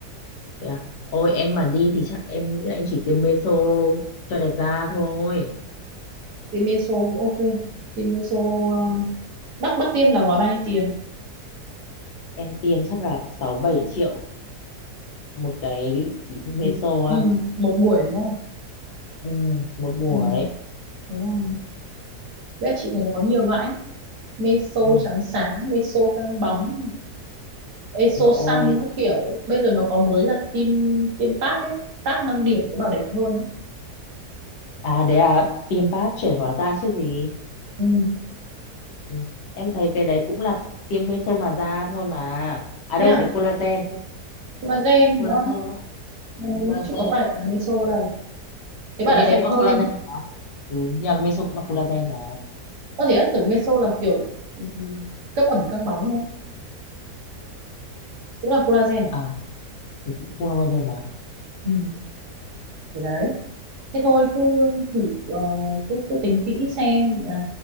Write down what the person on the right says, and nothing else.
tiêm meso cũng ok tiêm meso ờ,
bác bác tiêm là gói bao nhiêu tiền
ừ. Ừ.
một buổi đúng không
ừ. đúng rồi. Với lại chị thấy nó có nhiều loại ấy. meso
trắng sáng meso căng bóng eso
so các kiểu bây giờ nó có mới là tim tiêm Pap ấy Pap 5 điểm có bảo đẹp hơn ấy.
ừ.
thế
à
nó gen
đúng không
ừ.
chứ có phải là meso đâu thế
bảo là
đẹp
hơn
có thể ất tưởng meso là kiểu ừ, cấp ẩm căng bóng thôi cũng là collagen à
ừ. thế đấy thế thôi cứ thử ờ, cứ, cứ tính kỹ xem là